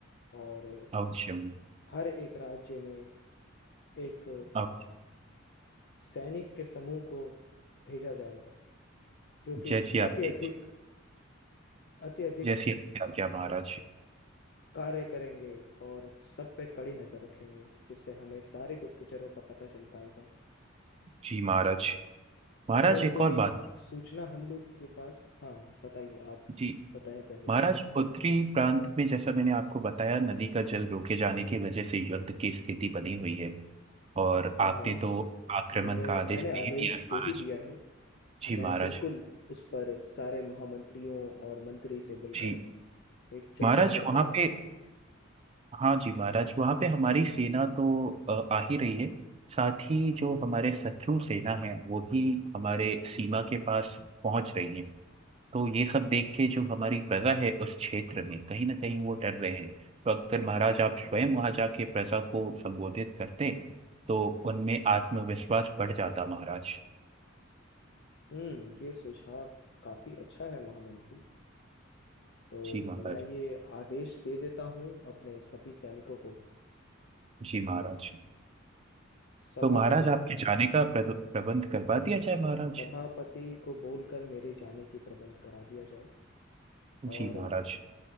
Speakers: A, on the left (about 55°); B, on the right (about 30°).
A: और
B: अवश्य
A: हर एक राज्य में एक
B: अवश्य
A: सैनिक के समूह को भेजा जाएगा जो कि
B: जैसी
A: अति
B: आपकी
A: अधिक अति अधिक
B: जैसी आपकी आज्ञा महाराज
A: कार्य करेंगे और सब पे कड़ी नजर रखेंगे जिससे हमें सारे गुप्तचरों का पता चल पाएगा
B: जी महाराज महाराज
A: और
B: एक
A: कोई
B: और बात
A: सूचना हम लोग के पास हाँ बताइए आप
B: जी
A: बताएं पहले
B: महाराष्ट्र उत्तरी प्रांत में जैसा मैंने आपको बताया नदी का जल रोके जाने की वजह से युद्ध की स्थिति बनी हुई है और
A: हाँ
B: आपने
A: हाँ
B: तो आक्रमण
A: मैंने
B: का आदेश
A: मैंने
B: दे
A: आदेश
B: दिया है महाराज
A: दे ही दिया है
B: जी
A: मैं
B: महाराज
A: बिल्कुल उस पर सारे महामंत्रियों और मंत्री से मिलकर
B: जी
A: एक चर्चा
B: महाराज
A: कर
B: वहाँ
A: कर
B: पे हाँ जी महाराज वहाँ पे हमारी सेना तो अ, आ ही रही है साथ ही जो हमारे शत्रु सेना है वो भी हमारे सीमा के पास पहुंच रही है तो ये सब देख के जो हमारी प्रजा है उस क्षेत्र में कहीं ना कहीं वो डर रहे हैं तो अगर महाराज आप स्वयं वहां जाके प्रजा को संबोधित करते तो उनमें आत्मविश्वास बढ़ जाता महाराज
A: हम्म ये सुझाव काफी अच्छा है महामंत्री तो
B: जी महाराज
A: मैं ये आदेश दे देता हूँ अपने सभी सैनिकों को
B: जी महाराज
A: सभापति
B: तो महाराज आपके जाने का प्रद- प्रबंध करवा दिया जाए महाराज
A: सभापति को बोलकर मेरे जाने की प्रबंध करा दिया जाए और
B: जी महाराज